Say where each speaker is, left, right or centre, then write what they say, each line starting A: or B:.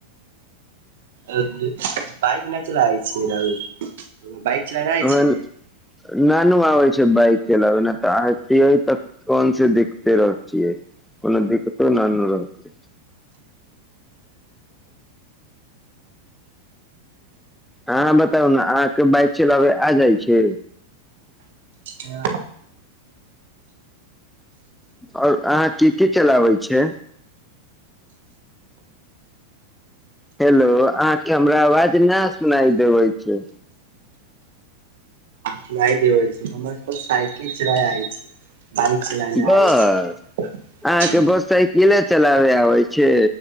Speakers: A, on the right; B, in the centre.
A: बाइक नहि चलाइ छै राउर बाइक चलाना
B: हमरा
A: आय छै
B: नानू आबैछै बइक चलाबै ने चाहतियै तऽ कोन से देखिते रहतियै कोनो दिक्कतो ना नु रहते अहाँ बताउ ने अहाँके बाइक चलाबै आ जाइ छै
A: हँ
B: आओर अहाँ की की चलाबै छै हेलो अहाँके हमरा आवाज न सुनाई देबै छै
A: जाइ दे छै हमर सब साइकिल चला आइ छै बाइक चलाने
B: बस
A: आइ छै
B: अहाँके
A: हं
B: बस साइकिले चलाबे आबै छै